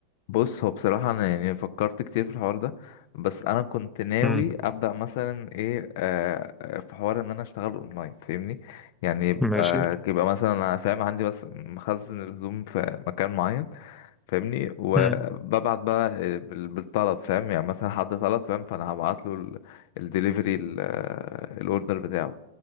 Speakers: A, on the left; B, in the centre.
A: بص هو بصراحة أنا يعني فكرت كتير في الحوار ده بس أنا كنت ناوي
B: امم
A: أبدأ مثلا إيه آه آه، في حوار إن أنا أشتغل أونلاين فاهمني يعني يبقى
B: ماشي
A: يبقى مثلا أنا فاهم عندي بس مخزن الهدوم في مكان معين فاهمني وببعت
B: امم
A: بقى بال- بالطلب فاهم يعني مثلا حد طلب فاهم فأنا هبعت له الدليفري الأوردر بتاعه